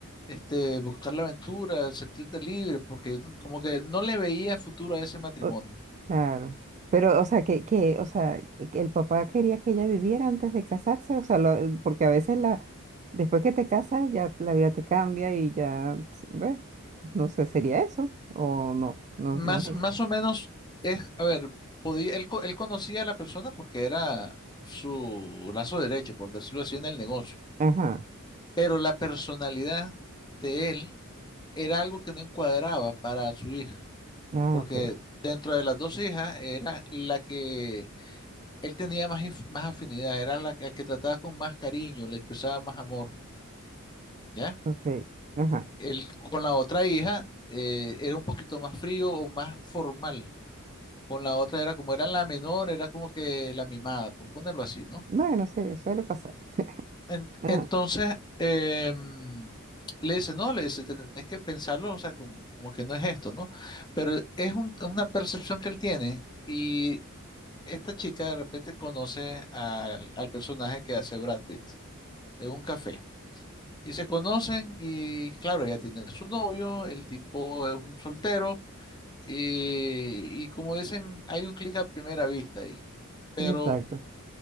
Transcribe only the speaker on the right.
O- claro. Pero, o sea, que, que, o sea, que que el papá quería que ella viviera antes de casarse, o sea, lo- eh, porque a veces la, después que te casas, ya la vida te cambia y ya, s- ¿ves? No sé, ¿sería eso? O no, no,
no es.
Ajá.
Ah,
ok,
ok. Ajá.
Bueno, sí, suele pasar. <laughs>
Ajá.
Exacto.